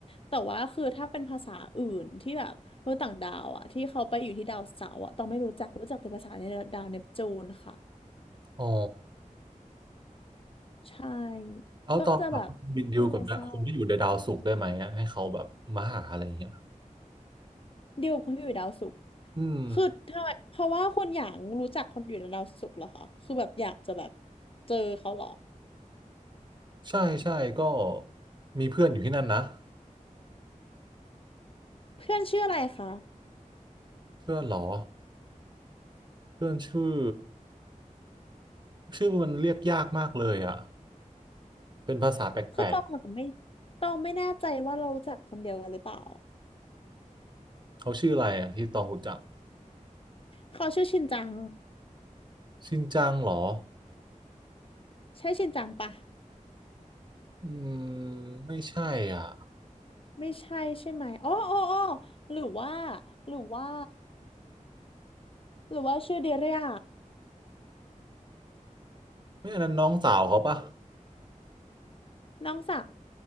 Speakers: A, on the left; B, on the right.
A: แต่ว่าคือถ้าเป็นภาษาอื่นที่แบบมนุษย์ต่างดาวอ่ะที่เขาไปอยู่ที่ดาวเสาร์อ่ะตองไม่รู้จักรู้จักแต่ภาษาในดาวเนปจูนค่ะ
B: อ๋อ
A: ใช่
B: แล้วตอนแบบบินดิวกับนะคนที่อยู่ในดาวศุกร์ได้ไหมอะให้เขาแบบมาหาอะไรอย่างเงี้ย
A: ก็จะแบบก็เลยเศร้าเดียวกับคนที่อยู่ดาวศุกร์
B: อืม
A: คือถ้าเพราะว่าคนอย่างรู้จักคนอยู่ในดาวศุกร์เหรอคะคือแบบอยากจะแบบเจอเขาเหรอ
B: ใช่ใช่ก็มีเพื่อนอยู่ที่นั่นนะ
A: เพื่อนชื่ออะไรคะ
B: เพื่อนเหรอเพื่อนชื่อชื่อมันเรียกยากมากเลยอ่ะเป็นภาษาแปลก
A: คือตองอะไม่ตองไม่แน่ใจว่าเรารู้จักคนเดียวกันหรือเปล่า
B: ๆเขาชื่ออะไรอ่ะที่ตองรู้จัก
A: เขาชื่อชินจัง
B: ชินจังเหรอ
A: ใช่ชินจังปะ
B: อืมไม่ใช่อ่ะ
A: ไม่ใช่ใช่ไหมอ๋ออ๋ออ๋อหรือว่าหรือว่าหรือว่าชื่อเดเรีย
B: ไม่อันนั้นน้องสาวเขาปะ
A: น้องสาว